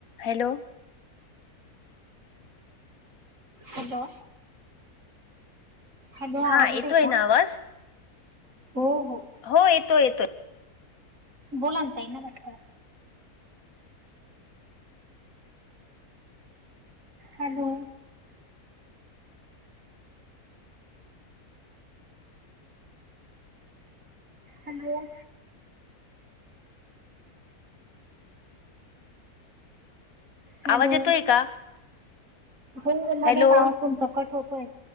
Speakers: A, on the left (about 65°); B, on the right (about 55°).
A: Hello.
B: Hello hello
A: हा
B: आवाज
A: येतोय
B: येत आहे का.
A: ना आवाज
B: हो हो.
A: हो येतो येतोय.
B: बोला ताई नमस्कार. हॅलो. हॅलो. हॅलो
A: आवाज येतोय का
B: हो मध्ये
A: हॅलो
B: आवाज तुमचा कट होतो